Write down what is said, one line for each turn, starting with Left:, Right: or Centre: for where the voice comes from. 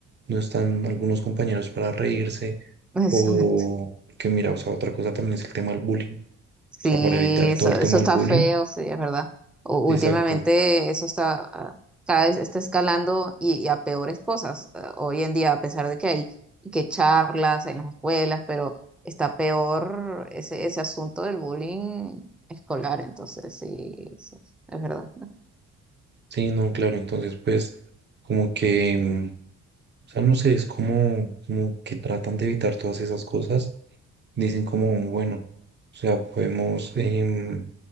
Right: No están algunos compañeros para reírse.
Centre: <laughs>
Right: O que mira, o sea, otra cosa también es el tema del bullying. O
Centre: Sí,
Right: sea, para evitar
Centre: eso,
Right: todo el
Centre: eso
Right: tema
Centre: está
Right: del bullying,
Centre: feo, sí, es verdad. U- últimamente
Right: Exacto.
Centre: eso está, ah, cada vez está escalando y, y a peores cosas. ah, Hoy en día, a pesar de que hay y que charlas en las escuelas, pero está peor ese, ese asunto del bullying escolar, entonces sí, eso es es verdad.
Right: Sí, no, claro. Entonces, pues, como que, mm, o sea, no sé, es como, como que tratan de evitar todas esas cosas. Dicen como, bueno, o sea, podemos em,